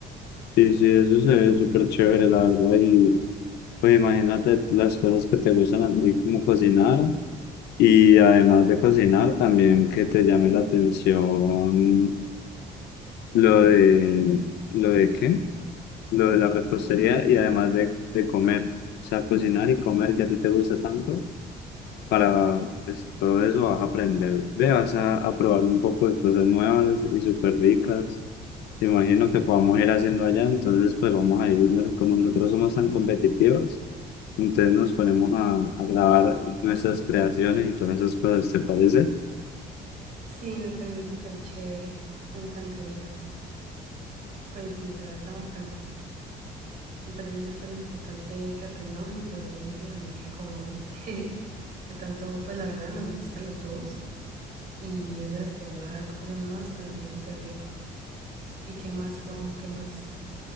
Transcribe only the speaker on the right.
sí, me parece súper chévere, me encantaría. Pues sí, la verdad, bacano. Me parece súper importante que aprendamos y pues obviamente que también que comamos, <laughs> que tanto, pues la verdad nos gusta a los dos y eso de probar cosas nuevas también es súper rico. ¿Y qué más, Juanjo? ¿Qué más?